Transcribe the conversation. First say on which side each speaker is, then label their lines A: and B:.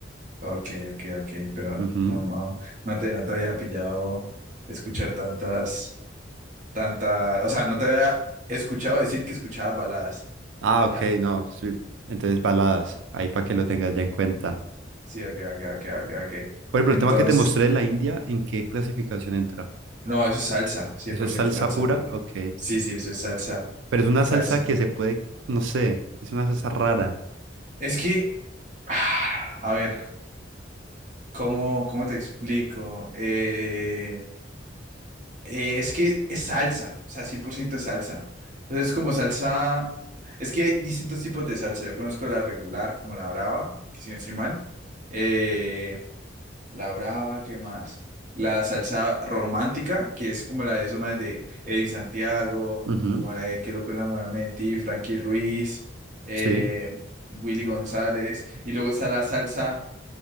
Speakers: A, on the right; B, on the right.
A: Ok, ok, ok, pero
B: Ujú.
A: no, no, no te, no te había pillado escuchar tantas. tanta, o sea, no te había escuchado decir que escuchabas baladas.
B: Ah, ok,
A: Ya,
B: no. sí. Entonces, baladas, ahí para que lo tengas ya en cuenta.
A: sí, ok, ok, ok, ok, ok.
B: Por ejemplo,
A: Entonces,
B: el tema que te mostré de la India, ¿en qué clasificación entra?
A: no, eso es salsa, cien
B: ¿Eso
A: por
B: es
A: ciento
B: salsa
A: salsa.
B: pura? Ok.
A: Sí, sí, eso es salsa,
B: Pero es una
A: salsa.
B: salsa que se puede, no sé, es una salsa rara.
A: Es que, <sighs> ah, a ver, ¿cómo, cómo te explico? Eh, eh, es que es salsa, o sea, 100% es salsa. Entonces, es como salsa, es que hay distintos tipos de salsa. Yo conozco la regular, como la brava, que si no estoy mal. Eh, La brava, ¿qué más? La salsa romántica, que es como la de esos más de Eddie Santiago,
B: Ujú,
A: como la de Qué locura enamorarme de ti, Frankie Ruiz, eh,
B: Sí.
A: Willy González. Y luego está la salsa